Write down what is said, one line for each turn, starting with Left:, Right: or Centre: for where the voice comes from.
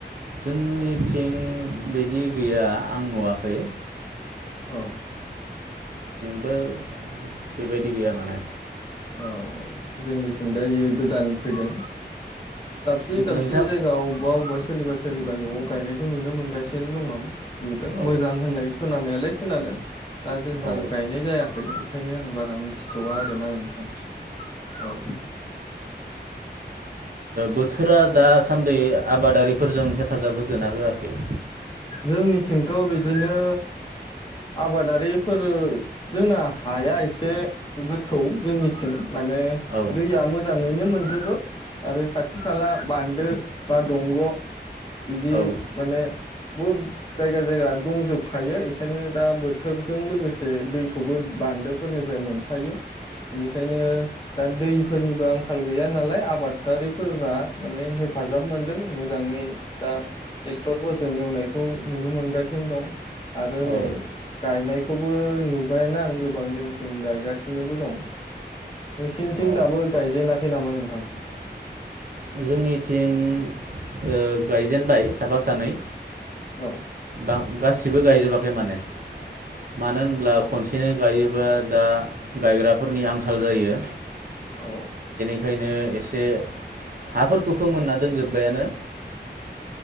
Right: जोंनिथिं बिदि गैया आं नुवाखै
Left: औ
Right: बो बेबायदि गैया माने
Left: औ औ जोंनिथिं दा इयो गोदान फैदों दाबसे दाबसे
Right: नोंथां
Left: जायगा अबेबा अबेबा सोरनिबा सोरनिबा न'आव गायनायखौ नुनो मोनगासिनो दं आं नुदों
Right: औ
Left: मोजां होननायखौ खोनानायालाय खोनादों दा जोंहा
Right: औ
Left: गायनाय जायाखै ओंखायनो आं बारा मिथिथ'वा आरोना नोंथां औ
Right: बोथोरा दासान्दि आबादारिफोरजों हे हेफाजाब होदोना होआखै
Left: जोंनिथिंथ' बिदिनो आबादारिफोर जोंना हाया एसे गोथौ जोंनिथिं माने
Right: औ
Left: दैया मोजाङैनो मोनजोब <inaudible> आरो खाथि खाला बान्दो बा दंग' बिदि
Right: औ
Left: माने जायगा जायगा दंजोबखायो एखायनो दा बोथोरजों लोगोसे दैखौबो बान्दोफोरनिफ्राय मोनफायो बेनिखायनो दा दैफोरनिबो आंखाल गैया नालाय आबादारिफोरा माने हेफाजाब मोनदों मोजाङै दा ट्रेक्टरफोरजों एवनाय खौ नुनो मोनगासिनो दं आरो
Right: औ
Left: नै गायनायखौबो नुबायना आं गोबां जोंथिं गायगासिनोबो दं नोंसिनिथिं
Right: औ
Left: दाबो गायजेनासै नामा नोंथां
Right: जोंनि ओ गायजेनबाय साफा सानै
Left: औ
Right: बा गासिबो गायजोबाखै माने मानो होनब्ला
Left: औ
Right: खनसेनो गायो बा दा गायग्राफोरनि आंखाल जायो
Left: औ
Right: ओंखायनो एसे हाफोरखौ फोमोनना दोनजोब्बायानो